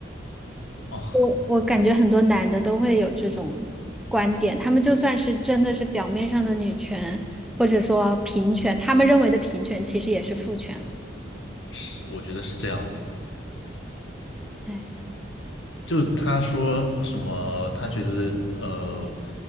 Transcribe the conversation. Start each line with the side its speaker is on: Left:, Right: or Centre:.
Left: 哦，
Centre: 我我感觉很多男的都会有这种观点，他们就算是真的是表面上的女权，或者说平权，他们认为的平权其实也是父权了。
Left: 是，我觉得是这样。
Centre: 哎
Left: 就他说什么，他觉得呃，